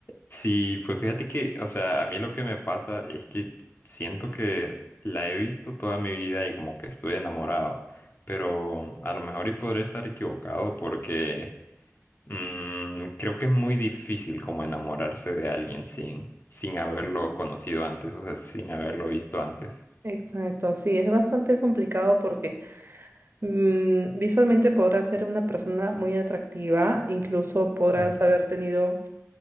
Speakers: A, on the left; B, on the right.
A: Sí, pues fíjate que, o sea, a mí lo que me pasa es que siento que la he visto toda mi vida y como que estoy enamorado, pero a lo mejor y podré estar equivocado porque mm, creo que es muy difícil como enamorarse de alguien sin, sin haberlo conocido antes, o sea, sin haberlo visto antes.
B: Exacto, sí, es bastante complicado porque mm, visualmente podrás ser una persona muy atractiva, incluso podrás
A: Ujú.
B: haber tenido